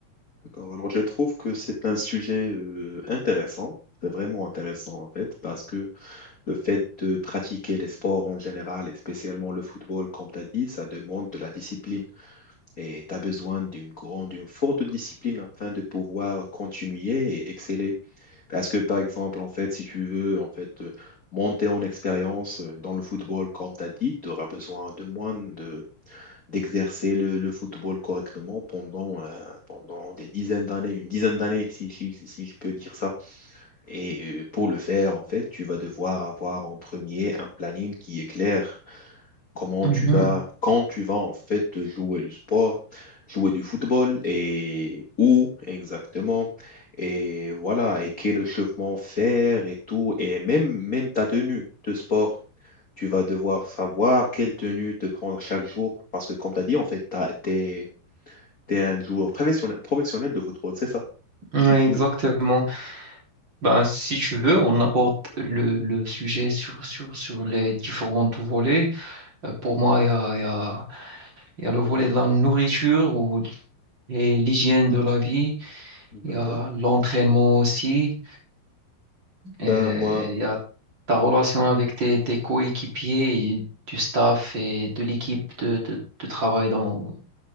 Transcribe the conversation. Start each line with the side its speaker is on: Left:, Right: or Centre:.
Left: d'accord. Alors, je trouve que c'est un sujet euh, intéressant. C'est vraiment intéressant, en fait, parce que le fait de pratiquer les sports en général, et spécialement le football, comme tu as dit, ça demande de la discipline. Et tu as besoin d'une grande, d'une forte discipline afin de pouvoir continuer et exceller. Parce que, par exemple, en fait, si tu veux, en fait, euh, monter en expérience euh, dans le football, comme tu as dit, tu auras besoin de moins de d'exercer le, le football correctement pendant, euh, pendant des dizaines d'années, une dizaine d'années, si, si, si- si je peux dire ça. Et euh, pour le faire, en fait, tu vas devoir avoir en premier un planning qui est clair. Comment
Right: Mhm.
Left: tu vas, quand tu vas en fait jouer du sport, jouer du football et où exactement. Et voilà, et quel échauffement faire et tout, et même, même ta tenue de sport. Tu vas devoir savoir quelle tenue te prendre chaque jour. Parce que, comme tu as dit, en fait, t'as- t'es, t'es un joueur professionnel, professionnel de football, c'est ça?
Right: Ouais,
Left: Tu joues.
Right: exactement. Ben, si tu veux, on aborde le, le sujet sur, sur, sur les différents volets. Euh, pour moi, il y a, il y a, il y a le volet de la nourriture ou, et l'hygiène de la vie.
Left: D'accord.
Right: Il y a l'entraînement aussi.
Left: Ben,
Right: Euh,
Left: moi,
Right: Il y a ta relation avec tes, tes coéquipiers et du staff et de l'équipe de, de, de travail dans